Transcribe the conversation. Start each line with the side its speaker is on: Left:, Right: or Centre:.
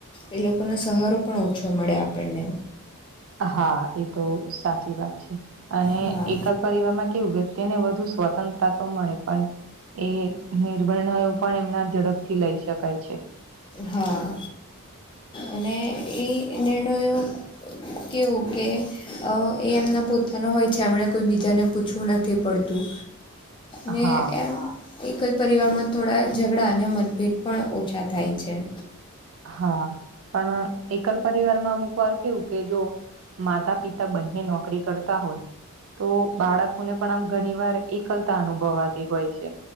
Left: એ લોકોનો સહારો પણ ઓછો મળે આપણને.
Right: હા એ તો સાચી વાત છે. અને
Left: હા
Right: એકલ પરિવારમાં કેવું વ્યક્તિને વધુ સ્વતંત્ર સ્વતંત્રતા તો મળે પણ એ નિર્ભણ પણ એમના ઝડપથી લઈ શકાય છે.
Left: હા અને એ નિર્ણયો ઓકે, ઓકે. અ એ એમના પોતાના હોય છે, એમને કોઈ બીજાને પૂછવું નથી પડતું. ને
Right: હા
Left: એમ એકજ પરિવારમાં થોડા ઝઘડા અને મત ભેટ પણ ઓછા થાય છે.
Right: હા પણ એકલ પરિવારમાં અમુકવાર કેવું કે જો માતા પિતા તા બંને નોકરી કરતા હોય તો બાળકોને પણ આમ ઘણી વાર એકલતા તા અનુભવાતી હોય છે,